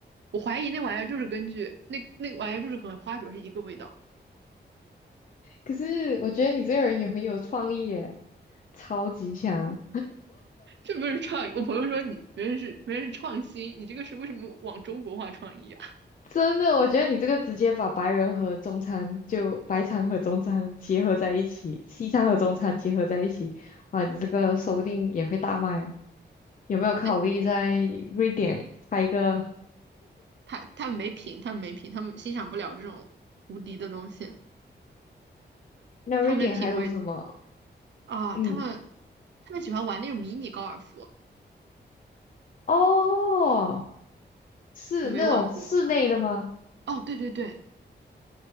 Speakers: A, on the right; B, on the left.
A: 我怀疑那玩意儿就是根据那那玩意儿就是和花灼是一个味道，
B: 可是我觉得你这个人也很有创意耶，超级强，
A: 这不是创意，我朋友说你别人是别人是创新，你这个是为什么往中国化创意啊？
B: 真的。我觉得你这个直接把白人和中餐就白餐和中餐结合在一起，西餐和中餐结合在一起，哇，你这个说不定也会大卖啊。有没有考虑在瑞典开一个？
A: <laughs> 但他他们没品，他们没品，他们欣赏不了这种无敌的东西。
B: 那瑞典还有什么？
A: 他们的品味啊，
B: 嗯，
A: 他们他们喜欢玩那种迷你高尔夫，
B: 哦，是那种室内的吗？
A: 我没玩过。哦，对对对，